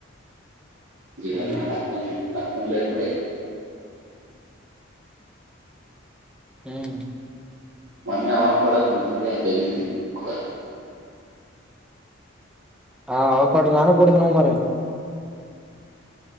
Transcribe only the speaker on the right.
ಇವೆಲ್ಲ ನಕ್ಕನ್ ನಕ್ಕಲ್ಲ ಕೂಡ
ಮೊನ್ನೆ ಅವಖಾಡ ಕುಡಿತಿದ್ದೆಯ ಅ ದೈನ ಮೊಗನೇ